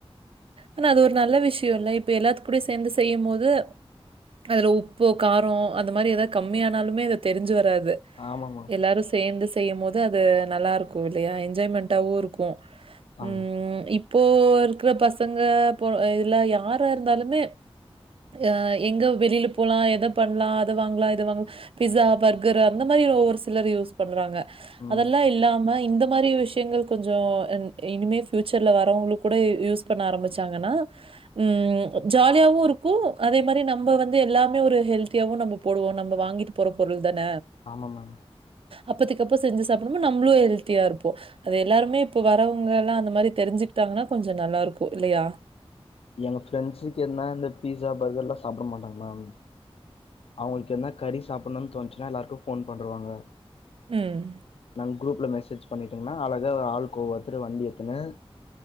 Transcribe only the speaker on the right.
ஆனா அது ஒரு நல்ல விஷயோல்ல இப்ப எல்லாத்து கூட சேர்ந்து செய்யும் போது அதுல உப்பு காரோ அந்த மாரி எதாவது கம்மியானாலுமே இத தெரிஞ்சு வராது
எல்லாரு சேர்ந்து செய்யும் போது அது நல்லா இருக்கு இல்லையா என்ஜாய்மெண்ட்டாவு இருக்கு
ம் இப்போ இருக்குற பசங்க போ இதுல யாரா இருந்தாலுமே அ எங்க வெளியில போலா எத பண்லா அத வாங்கலா இது வாங்க பிஸா பர்கர் அந்த மாரி ஒவ்வொரு சிலர் யூஸ் பண்றாங்க
அதெல்லா இல்லாம இந்த மாரி விஷ் விஷயங்கள் கொஞ்சோ இன் இனிமே பியூச்சர்ல வரவங்களுக்கு கூட யூஸ் பண்ண ஆரம்மிச்சாங்கன்னா ம் ம் ஜாலியாவு இருக்கு அதே மாரி நம்ம வந்து எல்லாமே ஒரு ஹெல்த்தியாவு நம்ம போடுவோ நம்ப வாங்கிட் போற பொருள் தான
அப்பத்திக் அப்ப செஞ்சு சாப்புடும்போம் போ நம்ளு ஹெல்த்தியா இருப்போ அது எல்லாருமே இப்ப வர்றவுங்க எல்லா அந்த மாரி தெரிஞ்சுக்கிட்டாங்கன்னா கொஞ்ச நல்லா இருக்கு இல்லையா
ம்